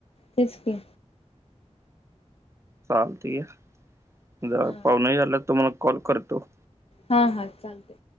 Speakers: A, on the left; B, on the right.
A: तेच की.
B: चालतंय जरा
A: हा
B: पावन यालात तुम्हाला कॉल करतो.
A: हा हा चालते.